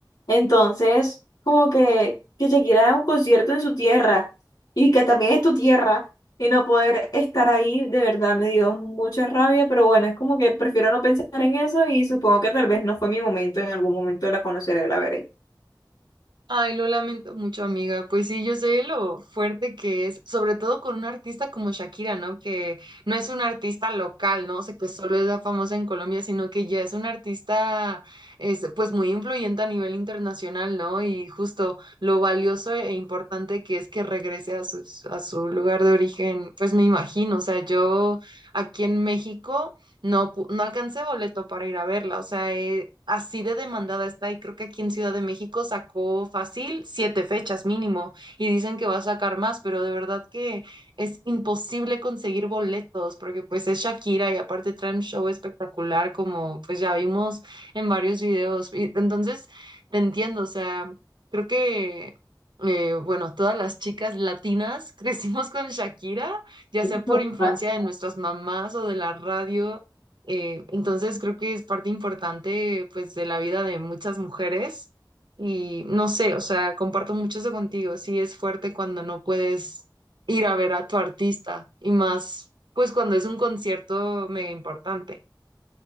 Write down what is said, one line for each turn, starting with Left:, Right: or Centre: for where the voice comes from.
Left: Entonces, como que, que Shakira haga un concierto en su tierra y que también es tu tierra y no poder estar ahí, de verdad me dio mucha rabia, pero bueno, es como que prefiero no pensar en eso y supongo que tal vez no fue mi momento, en algún momento la conoceré, la veré.
Right: Ay, lo lamento mucho, amiga. Pues sí, yo sé lo fuerte que es, sobre todo con una artista como Shakira, ¿no? Que no es una artista local, ¿no? O sea, que solo es la famosa en Colombia, sino que ya es una artista, es, pues muy influyente a nivel internacional, ¿no? Y justo lo valioso e importante que es que regrese a sus- a su lugar de origen, pues me imagino, o sea, yo aquí en México. no, pu- no alcancé boleto para ir a verla, o sea, eh, así de demandada está y creo que aquí en Ciudad de México sacó fácil siete fechas mínimo y dicen que va a sacar más, pero de verdad que es imposible conseguir boletos porque pues es Shakira y aparte trae un show espectacular como pues ya vimos en varios videos. Y entonces, te entiendo, o sea, creo que... eh, bueno, todas las chicas latinas <laughs> crecimos con Shakira ya sea por
Left: Total.
Right: influencia de nuestras mamás o de la radio, eh, entonces creo que es parte importante pues de la vida de muchas mujeres y no sé, o sea, comparto mucho eso contigo. Sí es fuerte cuando no puedes ir a ver a tu artista y más pues cuando es un concierto mega importante.